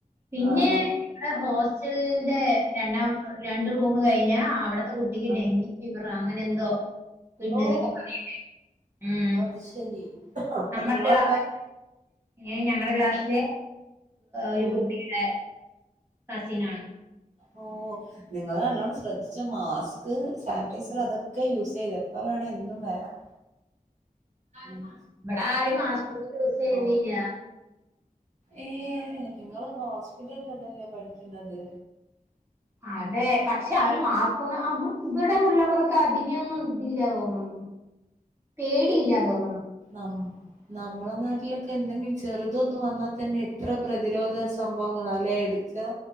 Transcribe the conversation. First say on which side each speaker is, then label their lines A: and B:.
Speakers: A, on the right; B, on the right.
A: പിന്നെ
B: ആണോ
A: നമ്മടെ ഹോസ്റ്റലിന്റെ രണ്ടാം രണ്ട് റൂം കഴിഞ്ഞ അവടെ ത്തെ കുട്ടിക്ക്
B: ആ
A: ഡെങ്കി ഫീവറാ അങ്ങനെ എന്തോ ഇണ്ട്
B: ഓ
A: എന്നൊക്കെ പറയണ ഉം
B: അത് ശരി അപ്പൊ
A: നമ്മടെ
B: നിങ്ങളൊക്കെ
A: ക്ലാ ഏഹ് ഞങ്ങടെ ക്ലാസ്സിലെ ഒരു
B: ഉം
A: കുട്ടിയുടെ കസിനാണ്
B: ഓ നിങ്ങള് നല്ലോണം ശ്രദ്ധിച്ചൊ മാസ്ക് സാനിറ്റൈസർ അതൊക്കെ യൂസ് ചെയ്തോ എപ്പ വേണെ എന്തും വരാം ഉം
A: ഇവിട ആരും മാസ്ക ഒന്നും യൂസ് ചെയ്യുന്നില്ല
B: ഓ ഏ നിങ്ങള് ഹോസ്പിറ്റലിലതല്ലേ പഠിക്കുന്നത്
A: അതെ പക്ഷെ അവര് മാസ്കൊന്നും ഇവിടെ ഉള്ളവർക്ക് അതിനെയൊന്നും ഇതില്ല തോന്നുന്നു <inaudible> പേടിയില്ല തോന്നുന്നു
B: ഉം <unintelligible> നമ്മളെ നാട്ടിലൊക്കെ എന്തെങ്കിലും ചെറുതൊന്ന് വന്ന തന്നെ എത്ര പ്രതിരോധ സംഭവങ്ങളാലേ എടു ക്ക